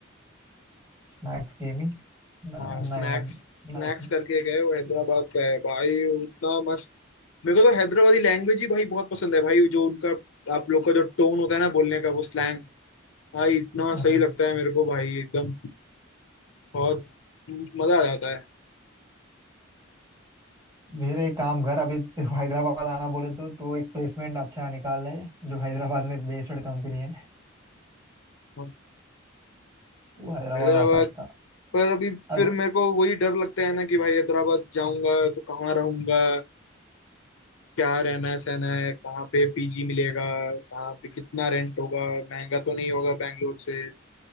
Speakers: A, on the right; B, on the left.
A: Snacks gaming ना,
B: हाँ
A: ना
B: स्नैक्स
A: यार ना
B: स्नैक्स
A: ऐसा।
B: करके गए वो हैदराबाद का है भाई उतना मस्त मेरे को तो हैदराबादी लैंग्वेज ही भाई बहुत पसंद है भाई जो उनका आप लोग का जो टोन होता है ना बोलने का वो स्लैंग भाई इतना
A: हाँ
B: सही लगता है मेरे को भाई एकदम बहुत म- मजा आ जाता है
A: मेरे एक काम कर अभी तेरे को हैदराबाद आना बोले तो तू एक प्लेसमेंट अच्छा निकाल ले जो हैदराबाद में बेस्ड कंपनी है
B: हाँ,
A: वो हैदराबाद
B: हैदराबाद
A: आ सकता
B: पर अभी
A: अभी
B: फिर मेरे को वही डर लगता है ना कि भाई हैदराबाद जाऊंगा तो कहाँ रहूंगा क्या रहना सहना है कहाँ पे पीजी मिलेगा कहाँ पे कितना रेंट होगा महंगा तो नहीं होगा बैंगलोर से